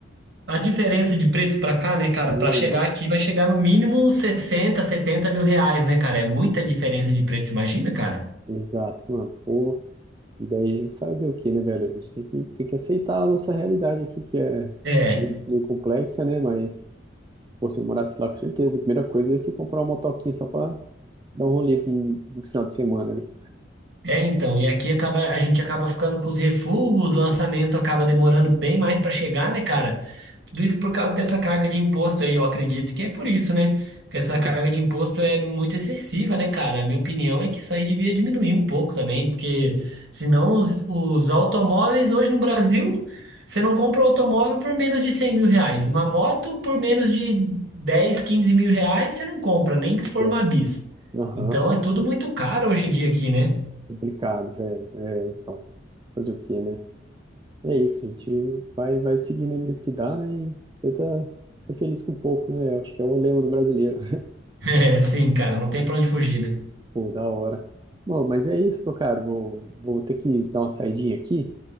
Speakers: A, on the right; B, on the right.
A: A diferença de preço para cá, né, cara?
B: Né,
A: Para chegar
B: mano?
A: aqui vai chegar no mínimo 60, 70 mil reais, né, cara? É muita diferença de preço, imagina, cara?
B: Exato, mano. Pô, e daí a gente fazer o quê, né, velho? A gente tem que, tem que aceitar a nossa realidade aqui, que é
A: É.
B: muito, meio complexa, né? Mas, pô, se eu morasse lá, com certeza, a primeira coisa ia ser comprar uma motoquinha só pra dar um rolê, assim, no final de semana ali.
A: É, então, e aqui acaba, a gente acaba ficando com os refugos, o lançamento acaba demorando bem mais para chegar, né, cara? Tudo isso por causa dessa carga de imposto aí, eu acredito que é por isso, né? Porque essa
B: Bom,
A: carga de imposto é muito excessiva, né, cara? A minha opinião é que isso aí devia diminuir um pouco também, porque senão os, os automóveis hoje no Brasil, você não compra um automóvel por menos de 100 mil reais. Uma moto por menos de 10, 15 mil reais, você não compra, nem que se
B: bom.
A: for uma bis.
B: Aham,
A: Então é tudo muito caro hoje em dia aqui, né?
B: complicado, velho. É, então, fazer o quê, né? É isso, a gente vai, vai seguindo do jeito que dá, né? E tenta ser feliz com pouco, né? Eu acho que é o lema do brasileiro.
A: <laughs> É, sim, cara, não tem pra onde fugir, né?
B: Pô, da hora. Bom, mas é isso, meu caro. Vou, vou ter que dar uma saidinha aqui.